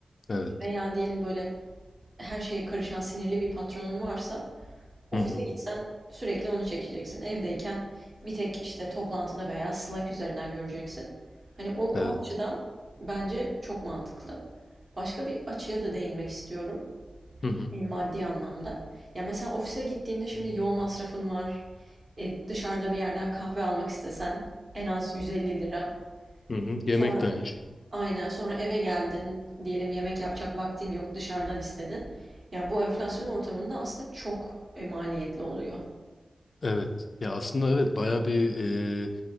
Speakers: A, on the left; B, on the right.
A: Evet.
B: Veya diyelim böyle her şeye karışan sinirli bir patronun varsa Ofise
A: Hı hı.
B: gitsen sürekli onu çekeceksin. Evdeyken bir tek işte toplantıda veya Slack üzerinden göreceksin. Hani o, o
A: Evet.
B: açıdan bence çok mantıklı. Başka bir açıya da değinmek istiyorum.
A: Hı hı.
B: e, Maddi anlamda. Ya mesela ofise gittiğinde şimdi yol masrafın var. E, dışarıda bir yerden kahve almak istesen en az 150 lira.
A: Hı hı. Yemek
B: Sonra
A: de aynı şekilde.
B: aynen sonra eve geldin diyelim yemek yapacak vaktin yok dışarıdan istedin. Yani bu enflasyon ortamında aslında çok e, maliyetli oluyor.
A: Evet. Ya aslında evet bayağı bir e,